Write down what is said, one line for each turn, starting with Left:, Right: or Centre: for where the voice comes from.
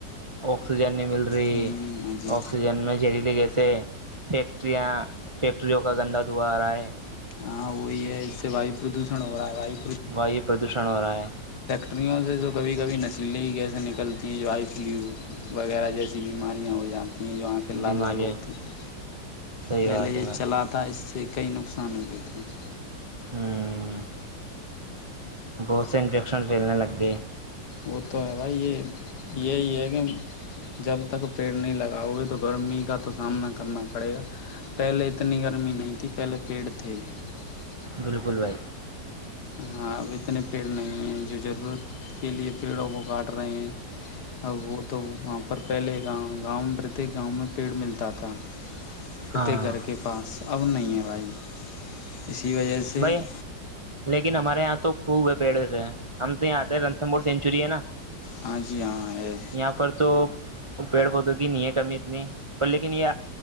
Right: آکسیجن مل رہی
Left: ہاں جی
Right: آکسیجن میں جہریلے گیس سے فیکٹریاں فیکٹریوں کا گندا دھوا آ رہا ہے
Left: ہاں وہی ہے اس سے واو پردوشن ہو رہا ہے واو
Right: وائیو پردوشن ہو رہا ہے
Left: ٹریوں سے تو کبھی کبھی نشیلیں ہی کییسے نکلتی ہیں جو آئی فلو وغیرہ جیسی بیماریاں ہو جاتی ہوتی ہیں جو وہاں کے لال
Right: بیماریاں
Left: لال ہوتی ہیں
Right: صحیح
Left: پہلے
Right: بات
Left: یہ
Right: ہے بھائی
Left: چلا تھا اس سے کئی نقصان ہو جتا ہے <inaudible>
Right: ہوں <inaudible> بہت سے انفیکشن پھیلنے لگ گے <unintelligible>
Left: وہ تو ہے بھائی یہ یہی ہے کہ جب تک پیڑ نہیں لگاؤ گے تو گرمی کا تو سامنا کرنا پڑے گا پہلے اتنی گرمی نہیں تھی پہلے پیڑ تھے <unintelligible>
Right: بالکل بھائی <unintelligible>
Left: ہاں اب اتنے پیڑ نہیں ہیں جو ضرورت کے لیے پیڑوں کو کاٹ رہے ہیں اب وہ تو وہاں پر پہلے گاؤں گاؤں پرتیک گاؤں میں پیڑ ملتا تھا <unintelligible> پرتیک
Right: ہاں
Left: گھر کے پاس <unintelligible> اب نہیں ہے بھائی <unintelligible> اسی وجہ سے
Right: بھائی
Left: <unintelligible>
Right: لیکن ہمارے یہاں تو خوب پیڑے سے <unintelligible> ہم تو یہاں رنھمور <unintelligible> چلیے نا <inaudible>
Left: ہاں جی ہاں ہے <unintelligible>
Right: یہاں پر تو پیڑ پودوں کی ن ہے کمی اتنی پر لیکن یہ